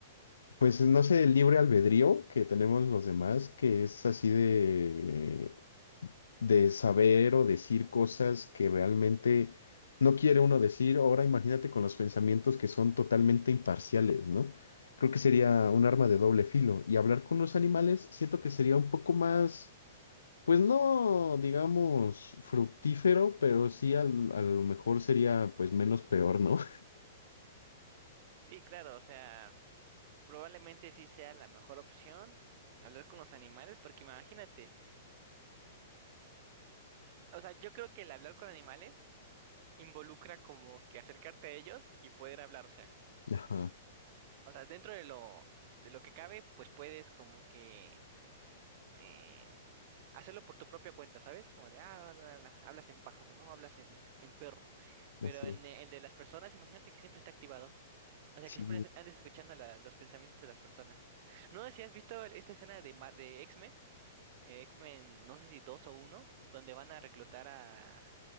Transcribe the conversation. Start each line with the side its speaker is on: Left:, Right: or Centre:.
Left: Pues no sé, el libre albedrío que tenemos los demás, que es así de, de saber o decir cosas que realmente no quiere uno decir. Ahora imagínate con los pensamientos que son totalmente imparciales, ¿no? Creo que sería un arma de doble filo. Y hablar con los animales siento que sería un poco más, pues no, digamos, fructífero, pero sí al- a lo mejor sería pues menos peor, ¿no?
Right: Sí, claro, o sea, probablemente sí sea la mejor opción hablar con los animales, porque imagínate. O sea, yo creo que el hablar con animales involucra como que acercarte a ellos y poder hablar, o sea,
Left: <laughs> Ajá,
Right: o sea, dentro de lo de lo que cabe, pues puedes como que eh, hacerlo por tu propia cuenta, ¿sabes? Como de ah, la, la, la, hablas en pájaro, ¿no? Hablas en, en perro. Pero
Left: así.
Right: en e, el de las personas, imagínate que siempre está activado. O sea,
Left: Sí,
Right: que siempre andes escuchando la- los pensamientos de las personas. No sé si has visto el- esta escena de Ma- de X-Men, eh, X-Men, no sé si dos o uno, donde van a reclutar a